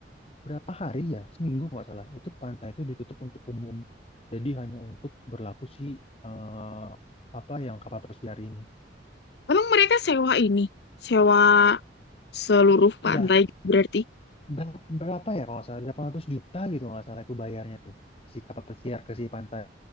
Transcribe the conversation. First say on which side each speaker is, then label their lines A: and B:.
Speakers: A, on the left (about 30°); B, on the left (about 60°).
A: berapa hari ya seminggu kalau nggak salah itu pantai itu ditutup untuk umum. Jadi hanya untuk berlaku si eh, apa yang kapal pesiar ini.
B: Emang mereka sewa ini, sewa seluruh
A: Iya
B: pantai berarti.
A: Ber- berapa ya kalau nggak salah 800 juta gitu kalau nggak salah itu bayarnya tuh si kapal pesiar ke si pantai